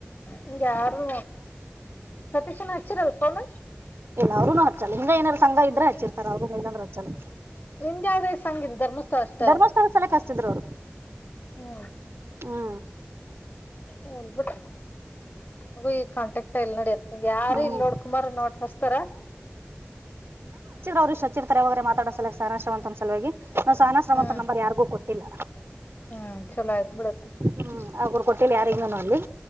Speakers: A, on the left; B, on the right.
A: ಹಗೆ ಯಾರು ಸತೀಶ್ನ ಹಚ್ಚಿರಲ್ ಫೋನ.
B: ಅವ್ರನು ಹಚ್ಚಲ್ಲ ಹಿಂಗ ಏನಾರರು ಸಂಘ ಇದ್ರೆ ಹಚ್ಚಿರ್ತಾರ ಅವ್ರನು ನಾದ್ರು ಇಲ್ಲಂದ್ರ ಹಚ್ಚಲ್ಲ
A: ನಿಜಾದೇ ಸಂಗೀತ ಧರ್ಮಸ್ತ ಅಷ್ಟ
B: ಧರ್ಮಸ್ಥಳ ಸಲಕ್ ಹಚ್ತಿದ್ರು ಅವ್ರು
A: ಹ್ಮ್
B: ಹ್ಮ್
A: <unintelligible> ಕಾಂಟ್ಯಾಕ್ಟ್ ಎಲ್ಲಿ ನಡಿಯತ್ ನಂಗೆ ಯಾರ
B: ಹ್ಮ್
A: ಇಲ್ಲಿ ನೋಡ್ ಕುಮಾರ್ ನೋಟ್ ಹಸ್ತಾರ
B: ಅವ್ರರುಷ್ಟ್ ಚಿರ ತರವಾಗ್ರರೆ ಮಾತಾಡಸಲ ಸಾನಾಶ್ರಮಂತ ಸಲುವಾಗಿ ನಾ ಸಾನಾಶ್ರಮಂತ
A: ಹ್ಮ್
B: ನಂಬರ್ ಯಾರಿಗೂ ಕೊಟ್ಟಿಲ್ಲ.
A: ಹ್ಮ್ ಚಲೋ ಆಯ್ತು ಬಿಡು
B: ಹ್ಮ್ ಅವ್ರು ಕೊಟ್ಟಿಲ್ಲ ಯಾರಿಗ್ ನಾನು ಅಲ್ಲಿ ನೋಡ್ಲಿ